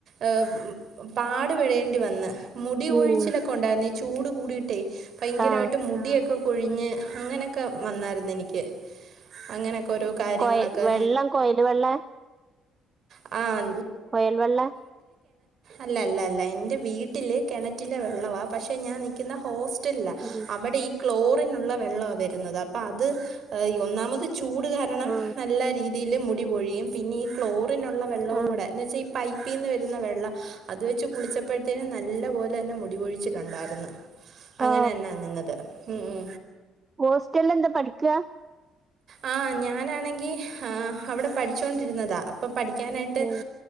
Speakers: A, on the right (about 55°); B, on the right (about 25°).
A: ഏ പാടുപെടേണ്ടി വന്ന് മുടി
B: ഉം
A: ഒഴിച്ചിലൊക്കെ ഉണ്ടായിരുന്ന് ഈ ചൂട് കൂടിട്ടേ ഭയങ്കരമായിട്ട്
B: ആ
A: മുടിയൊക്കെ കൊഴിഞ്ഞ് അങ്ങനെയൊക്കെ വന്നായിരുന്ന് എനിക്ക് അങ്ങനെയൊക്കെ ഓരോ കാര്യങ്ങളൊക്കെ
B: കോയി വെള്ളം കോയല് വെള്ള
A: ആ
B: കൊയൽ വെള്ളെ
A: അല്ല അല്ല അല്ല എൻ്റെ വീട്ടില് കിണറ്റിലെ വെള്ളവാ പക്ഷെ ഞാൻ നിക്കുന്ന ഹോസ് റ്റൽലാ.
B: ഉം
A: അവിടെ ഈ ക്ലോറിനുള്ള വെള്ളവാ വരുന്നത് അപ്പൊ അത് ഇ ഒന്നാമത് ചൂട് കാരണം
B: ആ
A: നല്ല രീതിയിൽ മുടിപൊഴിയും പിന്നെ ഈ ക്ലോറിനുള്ള വെള്ളവും
B: ആ
A: കൂടെ എന്ന് വെച്ചാ പൈപ്പിന്ന് വരുന്ന വെള്ളം അത് വെച്ച് കുളിച്ചപ്പഴ്ത്തേനും നല്ല പോലെ തന്നെ മുടിപൊഴിച്ചിലുണ്ടായിരുന്നു അങ്ങനെന്നാ
B: ആ
A: നിന്നത് ഉം ഉ
B: ഹോസ്റ്റൽലെന്താ പഠിക്കാ
A: ആ ഞാനാണെങ്കി ആ അവിടെ പഠിച്ചോണ്ടിരുന്നതാ അപ്പം പഠിക്കാനായിട്ട്
B: ഉം